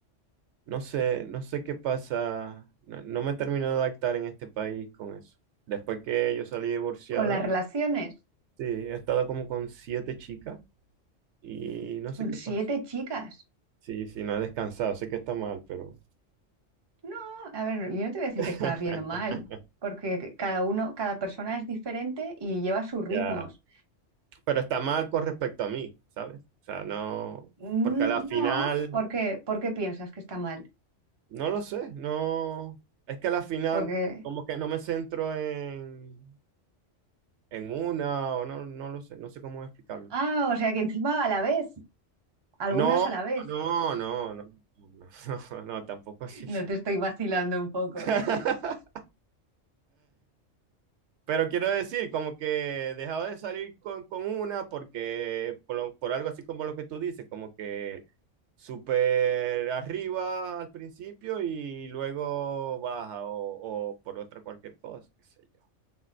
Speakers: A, on the right; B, on the right.
A: no sé, no sé qué pasa. No, no me termino de adaptar en este país con eso. Después que yo salí divorciado,
B: Con las relaciones,
A: sí, he estado como con siete chicas. y no sé
B: con
A: qué
B: siete
A: pasa.
B: chicas.
A: Sí, sí, no he descansado, sé que está mal, pero
B: No, a ver, yo no te voy a decir
A: <laughs>
B: que está bien o mal, porque cada uno, cada persona es diferente y lleva sus ritmos.
A: ya. Pero está mal con respecto a mí, ¿sabes? O sea, no,
B: Mm,
A: porque a la final,
B: No, ¿por qué, por qué piensas que está mal?
A: no lo sé, no, es que a la final
B: Porque,
A: como que no me centro en, en una o no, no lo sé, no sé cómo explicarlo.
B: ah, o sea que encima a la vez, algunas
A: No,
B: a la vez.
A: no, no, no, no, no, <laughs> no, tampoco así.
B: No te estoy vacilando un poco,
A: <laughs>
B: ¿eh?
A: Pero quiero decir, como que he dejado de salir con, con una porque por, lo- por algo así como lo que tú dices, como que súper arriba al principio y luego baja o, o por otra cualquier cosa, qué sé yo.